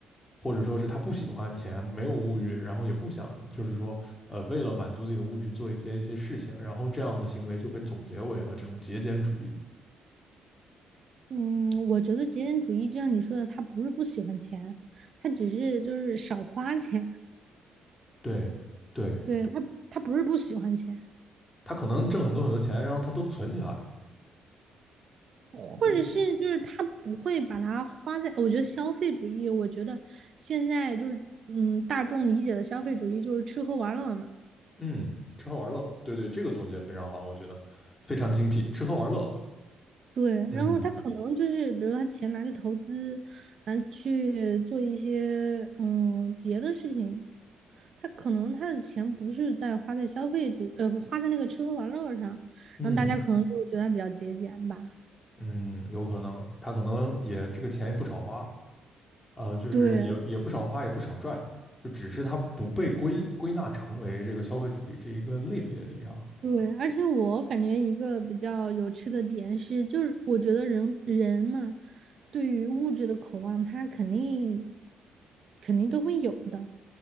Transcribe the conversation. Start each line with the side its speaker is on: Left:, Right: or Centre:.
Left: 或者说是他不喜欢钱，没有物欲，然后也不想就是说呃为了满足自己的物欲去做一些一些事情，然后这样的行为就被总结为了这种节俭主义。
Right: 嗯，我觉得极简主义就像你说的，他不是不喜欢钱，他只是就是少花钱。
Left: 对，对。
Right: 对，他，他不是不喜欢钱，
Left: 他可能挣很多很多钱，然后他都存起来，
Right: 或者是就是他不会把它花在。
Left: 就是他
Right: 我觉得消费主义，我觉得现在就是嗯，大众理解的消费主义就是吃喝玩乐嘛。
Left: 嗯，吃喝玩乐，对对，这个总结非常好，我觉得非常精辟，吃喝玩乐，
Right: 对，
Left: 嗯
Right: 然后他可能就是，比如他钱拿去投资，拿去做一些嗯别的事情，他可能他的钱不是在花在消费主，呃，花在那个吃喝玩乐上，
Left: 嗯
Right: 然后大家可能就觉得他比较节俭吧。
Left: 嗯，有可能他可能也这个钱也不少花，呃，就是也也不少花，
Right: 对嗯
Left: 也不少赚，就只是他不被归归纳成为这个消费主义这一个类别里啊，
Right: 对，而且我感觉一个比较有趣的点是，就是我觉得人人嘛，对于物质的渴望，他肯定肯定都会有的。